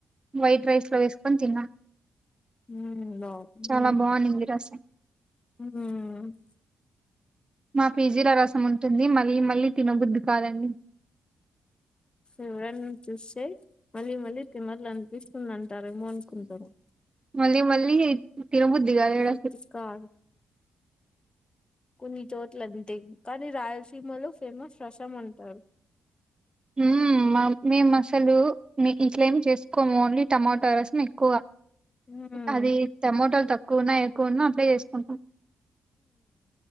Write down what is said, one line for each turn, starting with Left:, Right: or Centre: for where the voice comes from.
Right: వైట్ రైస్లో వేసుకొని తిన్నా
Left: ఉమ్ బాగుంది
Right: చాలా బోనింది రాసం
Left: హ
Right: మా పీజీల రసం ఉంటుంది మళ్ళీ మళ్ళీ తినబుద్ధి కాదండి
Left: ఎవరేనా చూస్తే మలీ మలి తినాలంపీస్ అంటారేమో అనుకుంటాను
Right: మళ్ళీ మళ్ళీ తినబద్ధిగాదు
Left: తినబుద్ధి
Right: ఇడశల్
Left: కాదు కొన్ని చోట్ల అంతే కానీ రాయలసీమలో ఫేమస్ రసం అంటారు
Right: ఉమ్ మేమాసాలు ఇట్లమి చేస్కోము ఓన్లీ టమాటో రసంమే ఎక్కువ
Left: ఉమ్
Right: అది టమోటోలు తక్కువన్నా ఎక్కువన్నా అవె చేస్కుంటాం అ